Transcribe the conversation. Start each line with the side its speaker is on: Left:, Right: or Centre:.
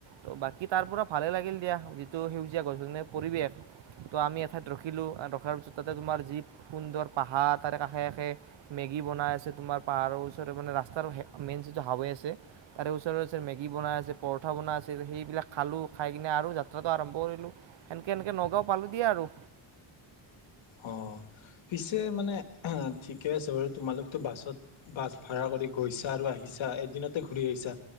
Right: ত' বাকী তাৰ পৰাৰা ভালে লাগিল দিয়া যিটো সেউজীয়া গছনে পৰিৱেশ তো আমি এঠাইত ৰখিলোঁ আৰু ৰখাৰ পিছত তাতে তোমাৰ যি সুন্দৰ পাহাৰ তাৰে কাষে কাষে মেগী বনাই আছে তোমাৰ পাহাৰৰ ওচৰ মানে ৰাস্তাৰ মেইন চিটো হাৱে আছে তাৰে ওচৰে ওচৰে মেগী বনাই আছে পৰঠা বনাই আছে সেইবিলাক খালো খাই কিনে আৰু যাত্ৰাটো আৰম্ভ কৰিলোঁ এেনেকে এনেকে নগাঁও পালো দিয়া আৰু
Left: অঁ পিছে মানে ঠিকে আছে বাৰু তোমালোকতো বাছত বাছ ভাড়া কৰি গৈছা আৰু আহিছা এদিনতে ঘূৰি আহিছা